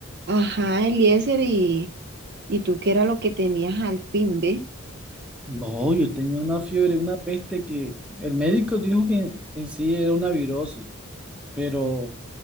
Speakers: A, on the right (about 50°); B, in the centre.
A: Ajá, Eliezer, y, y tú qué era lo que tenías al fin, ¿ve?
B: No, yo tenía una fiebre, una peste que el médico dijo que en sí era una virosis, pero